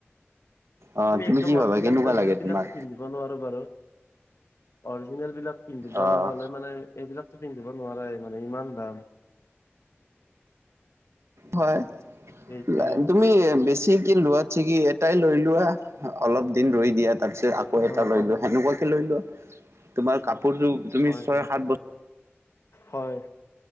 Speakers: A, on the right; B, on the left.
A: অ'
B: আমি
A: তুমি
B: একদম
A: কি
B: অৰজিনেল
A: ভাবা কেনেকুৱা
B: ব্ৰেণ্ডেড
A: লাগে
B: বিলাকো
A: তোমাক?
B: পিন্ধিব নোৱাৰো বাৰু। অৰজিনেল বিলাক পিন্ধিব
A: অ'
B: হ'লে মানে এইবিলাক পিন্ধিব নোৱাৰে মানে ইমান দাম।
A: হয়, <unintelligible>
B: সেইটোৱে আৰু
A: তুমি এ' বেছি যি কি লোৱাাত ছিকি, এটাই লৈ লোৱা। অলপ দিন ৰৈ দিয়া। তাৰপিছত আকৌ
B: অ',
A: এটা লৈ
B: অ',
A: লোৱা। সেনেকুৱাকে লৈ লোৱা। তোমাৰ কাপোৰযোৰ তুমি
B: হয়,
A: ছয়
B: হয়,
A: সাত বছৰ
B: হয়,